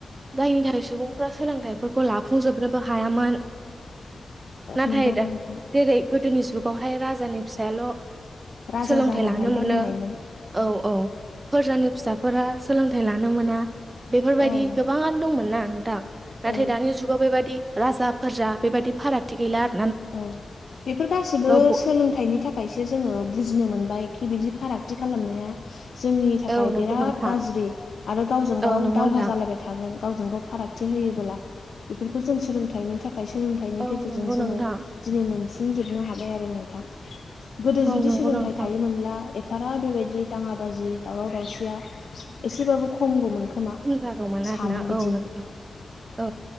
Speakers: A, on the right; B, on the left.
A: जायनि थाखाय सुबुंफ्रा सोलोंथाइफोरखौ लाफुंजोबनोबो हायामोन नाथाय
B: नंगौ
A: दा
B: नोंथां
A: जेरै गोदोनि जुगावहाय राजानि फिसायाल'
B: राजा
A: सोलोंथाइ
B: जानो
A: लानो
B: हायो
A: मोनो
B: होननायमोन
A: औ औ फोरजानि फिसाफोरा सोलोंथाइ लानो मोना बेफोरबायदि
B: औ
A: गोबाङानो दंमोन ना नोंथां
B: औ
A: नाथाय दानि जुगाव बेबायदि राजा <unintelligible> जा बेबादि फारागथि गैला आरो
B: औ बेफोर गासिबो
A: ब
B: सोलोंथाइनि थाखाय थाखायसो जोङो बुजिनो मोनबाय खि बिदि फारागथि खालामनाया जोंनि थाखाय
A: औ नंगौ
B: बिराद
A: नोंथां
B: गाज्रि आरो गावजों गाव
A: औ नंगौ
B: दावहा
A: नोंथां
B: जालायबाय। थागोन गावजों गाव फारागथि होयोबोला बेफोरखौ जों सोलोंथाइनि थाखाय सोलों <unintelligible> फेथाइनि
A: औ
B: गेजेरजों
A: नंगौ
B: जोङो
A: नोंथां
B: दिनै मोनफुंजोबनो हाबाय आरो नोंथां गोदो
A: औ
B: जुदि
A: नंगौ
B: सोलोंथाइ
A: नोंथां
B: थायोमोनब्ला बारा बेबायदि दाङा बाजि दावराव दावसिया एसेबाबो खमगौमोनखोमा
A: जागौमोन
B: सानो
A: आरोना औ
B: बिदि
A: नोंथां औ